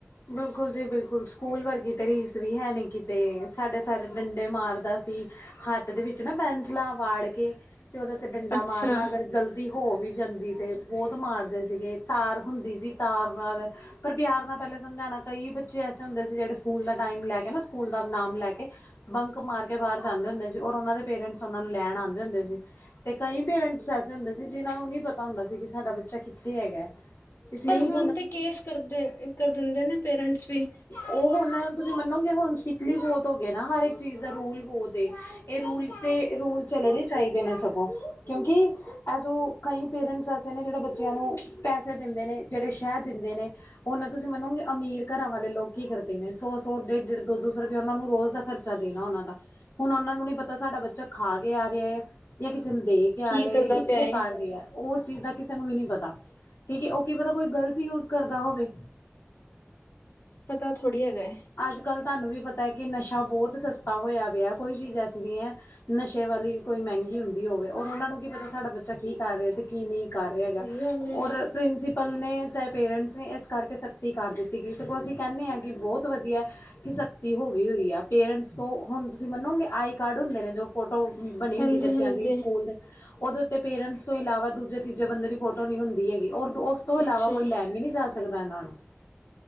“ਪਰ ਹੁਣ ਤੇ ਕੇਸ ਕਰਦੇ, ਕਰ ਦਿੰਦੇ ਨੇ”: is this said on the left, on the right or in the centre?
Left